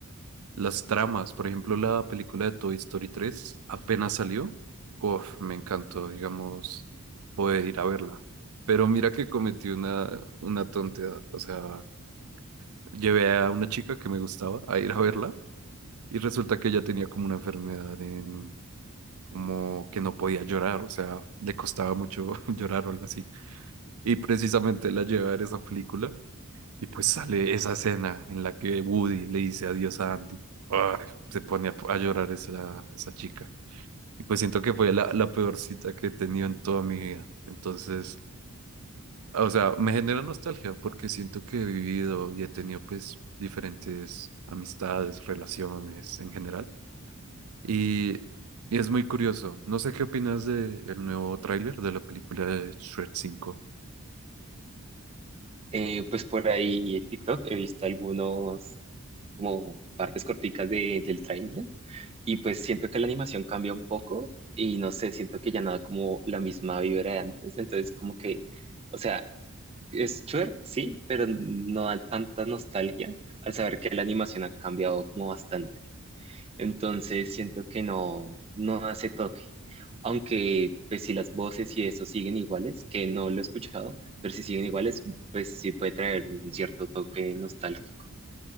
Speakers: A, on the right (about 75°); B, on the right (about 25°).
A: Las tramas, por ejemplo, la película de Toy Story tres apenas salió. Uf, me encantó, digamos, poder ir a verla. Pero mira que cometí una, una tontería. O sea, llevé a una chica que me gustaba a ir a verla y resulta que ella tenía como una enfermedad en, como que no podía llorar, o sea, le costaba mucho <laughs> llorar o algo así. Y precisamente la llevé a ver esa película y pues sale esa escena en la que Woody le dice adiós a Andy. Ay, se pone a, a llorar esa, esa chica. Y pues siento que fue la, la peor cita que he tenido en toda mi vida. Entonces, o sea, me genera nostalgia porque siento que he vivido y he tenido pues diferentes amistades, relaciones en general. Y, y es muy curioso. No sé qué opinas de el nuevo tráiler de la película de Shrek cinco
B: Eh, pues por ahí en TikTok he visto algunos como partes corticas de, del tráiler y pues siento que la animación cambia un poco y no sé, siento que ya nada como la misma vibra de antes, entonces como que, o sea, es twerk, sí, pero no da tanta nostalgia al saber que la animación ha cambiado como bastante. Entonces siento que no, no hace toque. Aunque, pues si las voces y eso siguen iguales, que no lo he escuchado, pero si siguen iguales, pues sí puede traer un cierto toque nostálgico.